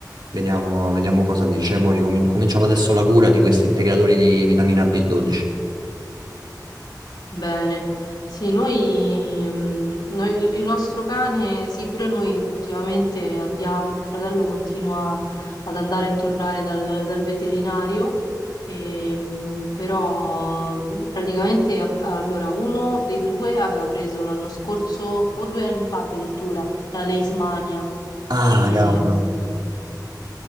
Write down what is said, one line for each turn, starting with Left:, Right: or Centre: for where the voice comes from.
Right: Vediamo, vediamo cosa dice. Mo ricomin- cominciamo adesso la cura di questi integratori di vitamina B12.
Left: Bene. Sì, noi, mh, noi- il il nostro cane, sì, pure noi ultimamente andiamo, mio fratello continua ad andare e tornare dal, dal veterinario, e, mh, però mh, praticamente ab- allora uno dei due aveva preso l'anno scorso o due anni fa addirittura la Leishmania.
Right: Ah,
Left: E,
Right: cavolo.
Left: mh,